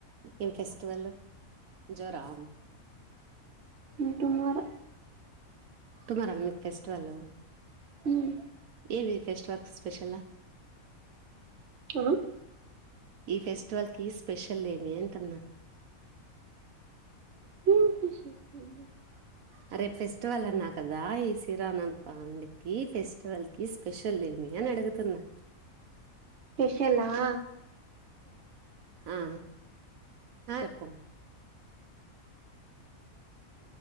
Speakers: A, on the right (about 75°); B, on the right (about 55°).
A: ఏం ఫెస్టివల్ జై రామ్
B: ఇకేం కావాలి
A: టుమారో మీక్ ఫెస్టివల్
B: హ్మ్
A: ఏవి వెస్ట్ వల్ వర్క్ స్పెషల్
B: క్లావన్
A: ఈ ఫెస్టివల్ కి స్పెషల్ లేమి అంటూన్నా
B: <unintelligible>
A: అరే ఫెస్టివల్ అన్నా కదా ఈ శిరామ పండకి ఫెస్టివల్ కి స్పెషల్ ఏమి ఎవి అడుగుతున్నా
B: షెలా
A: ఆ ఆ ఎప్పుం